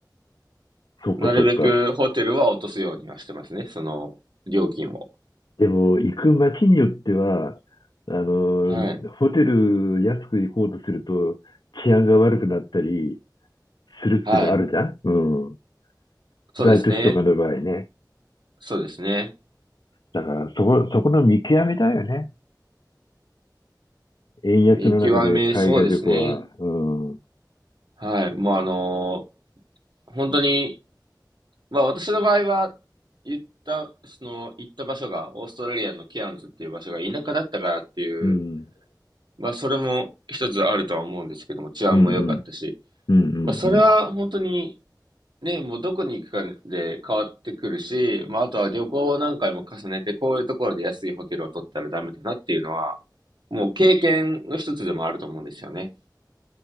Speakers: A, on the left; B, on the right.
A: そっかそっか。
B: なるべくホテルは落とすようにはしてますね。その料金を。
A: でも、行く街によっては、あの、
B: はい。
A: ホテル安く行こうとすると治安が悪くなったり、するっていうのはあるじゃん。
B: はい。
A: うん。
B: そうですね。
A: 大都市とかの場合ね。
B: そうですね。
A: だから、そこ、そこの見極めだよね。円安の中で海外旅行は。
B: 見極め、そうですね。
A: うん。うん。
B: はい。もうあのー本当にまあ私の場合は、言った、その、行った場所が、オーストラリアのケアンズっていう場所が田舎だったからっていう、
A: うん
B: まあそれも一つあるとは思うんですけども、治安も良かったし、
A: うん。うんうんうん。
B: まあそれは本当に、ね、もうどこに行くかで変わってくるし、まああとは旅行を何回も重ねて、こういうところで安いホテルを取ったらダメだなっていうのは、もう経験の一つでもあると思うんですよね。